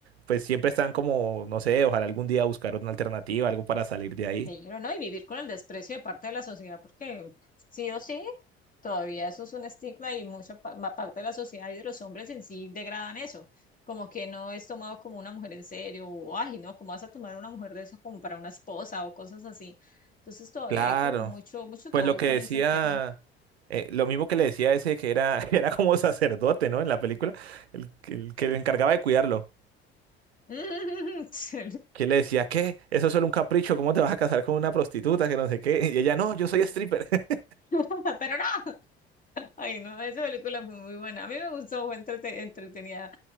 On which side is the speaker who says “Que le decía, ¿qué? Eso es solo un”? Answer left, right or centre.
Right